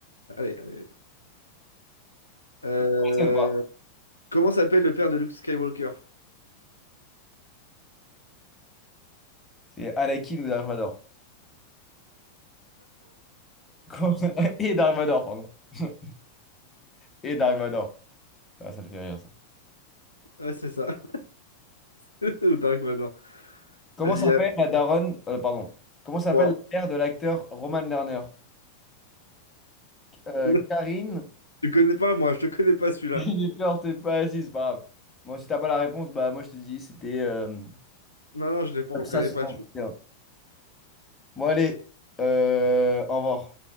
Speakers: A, on the left; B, on the left.
A: Allez, allez. Euh,
B: Français ou pas?
A: comment s'appelle le père de Luke Skywalker?
B: C'est Anakin ou Dark Vador? Comment- <laughs> Et Dark Vador, pardon. <laughs> Et Dark Vador. Putain, Ça, le fait rire, ça.
A: Ouais, c'est ça. <laughs> Ou Dark Vador.
B: Comment
A: Vas-y,
B: s'appelle
A: allez.
B: la daronne... euh, pardon. Comment s'appelle
A: Wow.
B: la mère de l'acteur Roman Lerner? Euh,
A: Oula,
B: Karine
A: Tu <laughs> connais pas, moi, je te connais pas celui-là.
B: J'ai peur, t'es pas assis, c'est pas grave. Bon, si t'as pas la réponse, bah moi je te dis, c'était euh,
A: Non, non, je l'ai pas,
B: Comme
A: on le
B: ça,
A: connaît
B: 61.
A: pas.
B: Bon, allez, euh, au revoir.